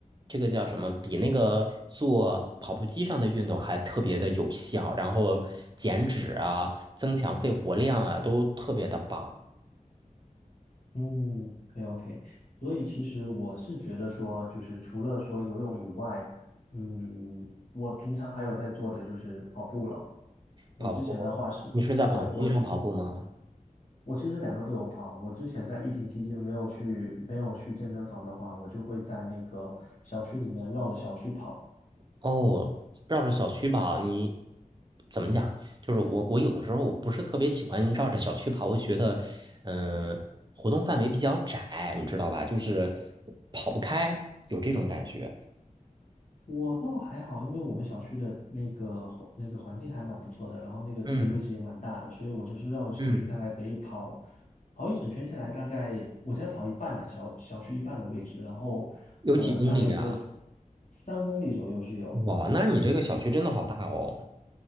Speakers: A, on the right; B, on the left.
A: 这个叫什么，比那个做跑步机上的运动还特别的有效，然后减脂啊、增强肺活量啊，都特别的棒。
B: 嗯，OK OK，所以其实我是觉得说，就是除了说游泳以外，嗯，我平常还有在做的就是跑步了。我之前的话是，
A: 跑步，你是在跑步机上跑步吗？
B: 对，我，我其实两个都有跑。我之前在疫情期间没有去没有去健身房的话，我就会在那个小区里面绕着小区跑。
A: 哦，绕着小区跑，你怎么讲？就是我，我有的时候我不是特别喜欢绕着小区跑，我觉得，嗯、活动范围比较窄，你知道吧？就是跑不开，有这种感觉。
B: 我倒还好，因为我们小区的那个环那个环境还蛮不错的，然后那个地理位置也蛮大的，
A: 嗯
B: 所以我就是绕着小区大概可以跑
A: 嗯，
B: 跑一整圈下来，大概我才跑一半呢、小小区一半的位置，然后呃大概也就
A: 有几公里啊？
B: 三公里左右是有。
A: 哇，那你这个小区真的好大哦。